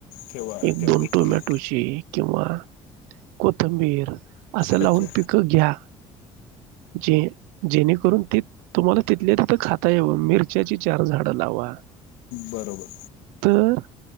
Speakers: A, on the left; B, on the right.
A: ठेवा.
B: एक
A: त्यामध्ये
B: दोन टोमॅटोची
A: थोडी
B: किंवा कोथंबीर. असं लावून
A: अच्छा.
B: पिकं घ्या. जे जेणेकरून त तुम्हाला तिथल्या तिथं खाता यावं मिरच्याची चार झाडं लावा.
A: बरोबर.
B: तर.